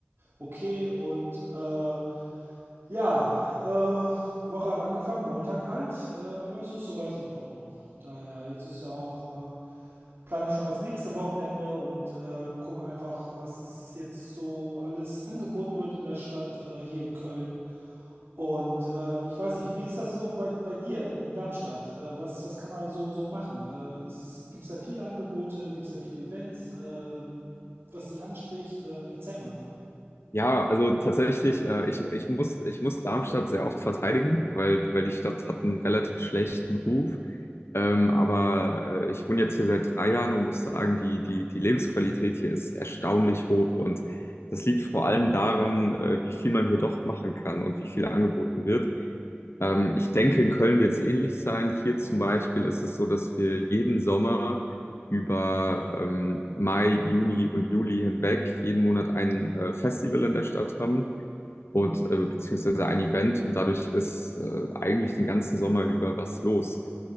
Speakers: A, on the right (about 60°); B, on the left (about 80°).
A: okay. Und äh, ja, äh, Woche hat angefangen, Montag halt, äh, aber es ist soweit in Ordnung. Daher, jetzt ist ja auch äh, plane ich schon das nächste Wochenende und äh, gucke einfach, was es jetzt so alles angeboten wird in der Stadt äh, hier in Köln. Und äh, ich weiß nicht, wie ist das so bei, bei dir in, in Darmstadt? Äh, was, was kann man da so, so machen? Äh, es, gibt es da viele Angebote? Gibt es da viele Events? Äh, was dich anspricht? Äh, erzähl mal.
B: Ja, also tatsächlich, äh, ich, ich muss, ich muss Darmstadt sehr oft verteidigen, weil, weil die Stadt hat einen relativ schlechten Ruf. Ähm, aber äh, ich wohne jetzt hier seit drei Jahren und muss sagen, die, die, die Lebensqualität hier ist erstaunlich hoch. Und das liegt vor allem daran, äh, wie viel man hier doch machen kann und wie viel angeboten wird. Ähm, ich denke, in Köln wird es ähnlich sein. Hier zum Beispiel ist es so, dass wir jeden Sommer über ähm, Mai, Juni und Juli hinweg jeden Monat ein äh, Festival in der Stadt haben und äh, beziehungsweise ein Event und dadurch ist äh, eigentlich den ganzen Sommer über was los.